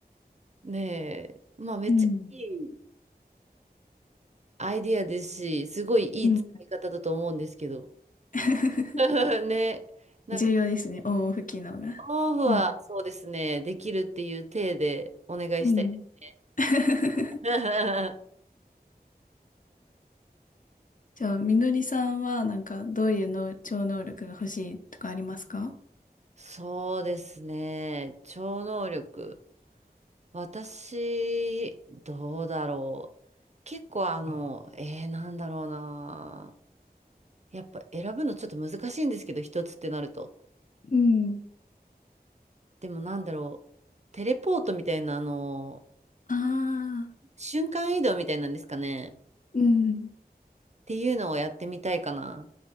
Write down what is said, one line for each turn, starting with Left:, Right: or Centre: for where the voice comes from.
Right: ねえ、まあめっちゃいい
Left: うん。
Right: アイディアですし、すごいいい使い方だと思うんですけど。
Left: うん。<laughs>
Right: <laughs> ね、なんか、
Left: 重要ですね、オンオフ機能が。
Right: オフはそうですね、
Left: うん
Right: できるっていう体でお願いしたいですね。
Left: うん。<laughs>
Right: <laughs>
Left: じゃあ、みのりさんはなんかどういうの超能力が欲しいとかありますか
Right: そうですね、超能力。私、どうだろう。結構あの、えー、なんだろうな。やっぱ選ぶのちょっと難しいんですけど、一つってなると。
Left: うん
Right: でもなんだろう。テレポートみたいな、あの、
Left: ああ
Right: 瞬間移動みたいなんですかね。っ
Left: ー、うん。
Right: ていうのをやってみたいかな。